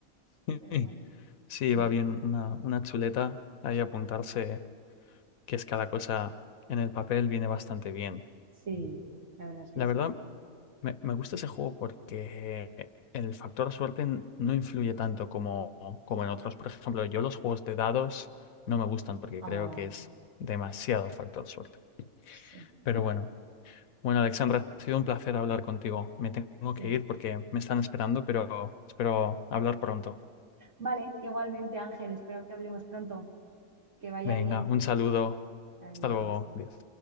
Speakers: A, on the right; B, on the left.
A: pero
B: Sí,
A: bueno,
B: sí,
A: sí.
B: va bien una, una chuleta ahí apuntarse qué es cada cosa en el papel, viene bastante bien.
A: Sí, la verdad es que
B: La
A: sí.
B: verdad, Me, me gusta ese juego porque el factor suerte n- no influye tanto como, como en otros. Por ejemplo, yo los juegos de dados no me gustan porque
A: Ah,
B: creo que es demasiado factor suerte.
A: sí,
B: Pero bueno, bueno, Alexandra, ha sido un placer hablar contigo. Me tengo
A: sí.
B: que ir porque me están esperando, pero espero hablar pronto.
A: Vale, igualmente, Ángel, espero que hablemos pronto. Que vaya
B: Venga,
A: bien.
B: un saludo.
A: Adiós.
B: Hasta luego. Adiós.